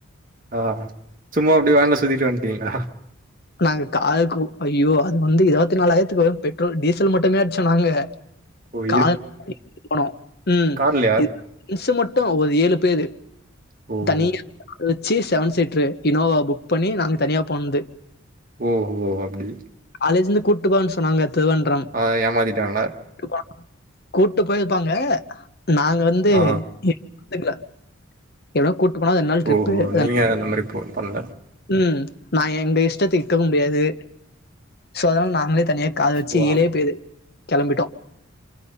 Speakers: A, on the right; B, on the left.
A: ஆ சும்மா அப்டி வேன்ல சுத்திட்டு வந்டீங்ளா
B: நாங்க காலுக் கூ ஐயோ அது வந்து இருவத்தி நாலாயிரத்துக்கு வ பெட்ரோல் டீசல் மட்டுமே அடிச்சோ நாங்க
A: ஓ!
B: கான் போனோ உம்
A: கார்லயா?
B: இ <unintelligible> மிஸ்ஸு மட்டு ஒரு ஏழு பேரு
A: ஓ
B: தனியா வச்சி செவன் சீட்ரு இனோவா புக் பண்ணி நாங்க தனியா போனது
A: ஓஹோ அப்டி
B: காலேஜிலந்து கூட்டு போறன் சொன்னாங்க திருவேன்ட்ரம்
A: ஆ ஏமாத்திட்டாங்ளா
B: டுகா கூட்டு போயிதுப்பாங்க நாங்க வந்து
A: ஆ.
B: எந்துக்ல எவனோ கூட்டு போனா அது ரெண் நாள் ட்ரிப்பு
A: ஓஹோ!
B: அதானே
A: நீங்க அந்த மாரி போ பண்ணல.
B: ம் நா எங்க இஷ்டத்துக் இக்கவு முடியாது சோ அதனால நாங்களே தனியா காத வச்சி
A: ஓ!
B: ஏலே
A: ஆம்.
B: பேது கெளம்பிட்டோ